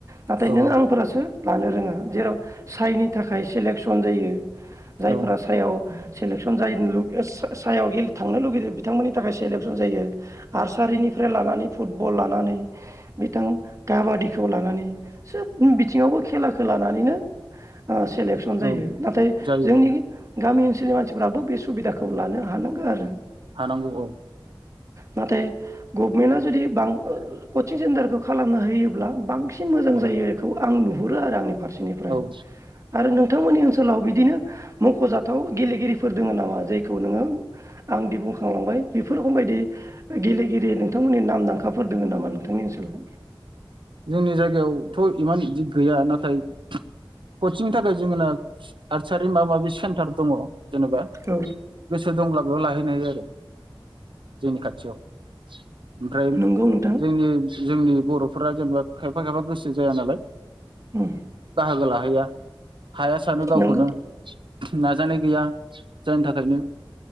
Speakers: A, on the right; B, on the right.
A: नाथाय
B: औ
A: नों आंफोरासो लानो रोङा जेराव साइनि थाखाय इलेकसन जायो जायफोरा
B: औ
A: सायाव सेलेकसन जायो सायाव थांनो लुुबैदों बिथांमोननि थाखाय सेलेकसन जायो नार्सारिनिफ्राय लानानै फुटबल लानानै बिथां काबादिखौ लानानै सोब बिथिङावबो खेलाखौ लानानैनो ओ सेलेकसन जायो
B: औ
A: नाथाय
B: जायो
A: जोंनि
B: औ
A: गामि ओनसोलनि मानसिफ्राबो बे सुबिदाखौ लानो हानांगौ आरो
B: थानांगौ औ
A: नाथाय गभमेन्टआ जुदि बां कचिं सेन्टारखौ खालामना होयोब्ला बां सिन मोजां
B: औ
A: जायो बेखौ आं नु हुरो आरो आंनि फारसे निफ्राय
B: औ औ
A: आरो नों नोंथांमोननि ओनसोलाव बिदिनो मख'जा जाथाव गेलेगिरिफोर दङ' नामा जायखौ नोङो आंदि बुंखांलांबाय बेफोर रोखोम बायदि गेलेगिरि नोंथांमोननि नामदांखाफोर दङ' नामा नोंथांनि ओनसोलाव?
B: जोंनि जायगायावथ' इमान इदि गैया नाथाय कचिंनि थाखाय जोंना आर्सारि माबा माबि सेन्टार दङ'। जेनेबा
A: औ
B: गोसो दंब्ला बेयाव लाहै हैनो हायो आरो जोंनि खाथियाव। ओमफ्राय
A: नंगौ नोंथां
B: जोंनि जोंनि बर' फ्रा जेनेबा खायफा खायफा गोसो जाया नालाय
A: उम
B: बाहागो लाहैया हाया सानो गावखौनो
A: नंगौ
B: नाजानाय गैया जायनि थाखायनो